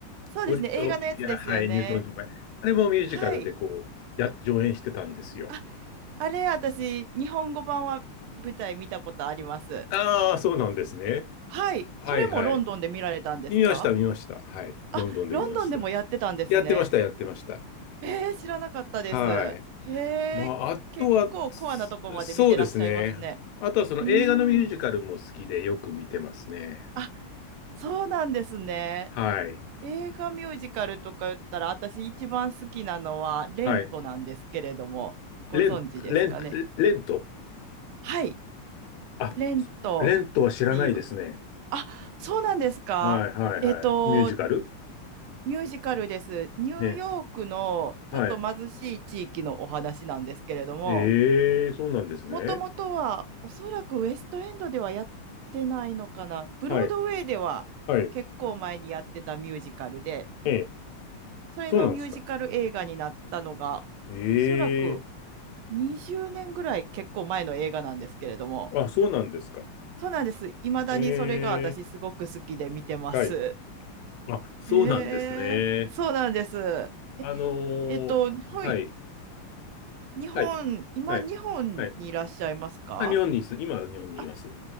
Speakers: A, on the right; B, on the left.
A: そうですね。
B: オリ、
A: 映画のやつですよね。
B: オリビア、はい、ニュートン・ジョンが、あれもミュージカルでこう、
A: はい。
B: や、上演してたんですよ。
A: あ、あれ、私、日本語版は舞台見たことあります。
B: ああ、そうなんですね。
A: はい。
B: はいはい。
A: それもロンドンで見られたんですか
B: 見ました、見ました。はい。
A: あ、
B: ロンドンで見ました。
A: ロンドンでもやってたんですね。
B: やってました、やってました。
A: えー、知らなかったです。
B: はい。
A: へ
B: まあ、
A: え、
B: あとは、
A: 結構コアなとこまで見てらっしゃいますね。
B: そそうですね。あとはその映画のミュージカルも好きでよく見てますね。
A: うーん。あ、そうなんですね。
B: はい。
A: 映画ミュージカルとか言ったら、私一番好きなのは、レントなんですけれども、
B: はい。
A: ご存知ですかね。
B: レン、レン、レント
A: はい、
B: あ、
A: レントっていう。
B: レントは知らないですね。
A: あ、そうなんですか。
B: はい、はい、
A: えっと、
B: はい。ミュージカル
A: ミュージカルです。ニューヨークのちょっと貧しい地域のお話なんですけれども、
B: ね。はい。ええ、そうなんですね。
A: もともとはおそらくウエストエンドではやってないのかな。ブロードウェイでは結構前にやってたミュージカルで、
B: はい、はい。ええ、
A: それのミュージカル映画になったのが、
B: そうなんですか。え
A: おそらく
B: え、
A: 20年ぐらい結構前の映画なんですけれども、
B: あ、そうなんですか。
A: そうなんです。いまだにそれが私すごく好きで見てます。
B: ええ、はい。あ、そうなんですね。
A: へえ、そうなんです。え、
B: あのーはい、
A: えっと、はい。日本、
B: はい、
A: 今、
B: はい、
A: 日本にいらっしゃいますか
B: はい。あ、日本にいす、今は日本にいます。
A: あ、